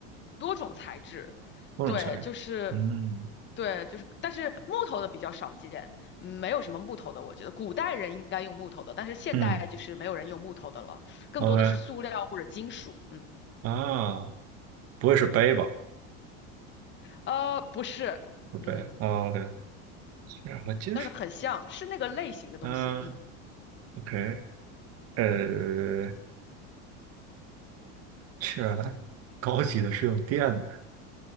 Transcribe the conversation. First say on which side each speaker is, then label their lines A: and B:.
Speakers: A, on the left (about 35°); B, on the right (about 45°).
A: 多种材质，
B: 某种材质。
A: 对，就是。
B: 嗯
A: 对，就是，但是木头的比较少见，嗯没有什么木头的，我觉得古代人应该用木头的，但是现代就是没有人用木头的了，
B: 嗯
A: 更多的是塑料或者金属，
B: ，OK
A: 嗯，
B: 啊，不会是杯吧？
A: 呃，不是，
B: 不是杯啊，OK，
A: 嗯。
B: 氢氧和金属。
A: 但是很像，是那个类型的东西。
B: 嗯
A: 嗯
B: ，OK，呃，氢氧来，高级的是用电的。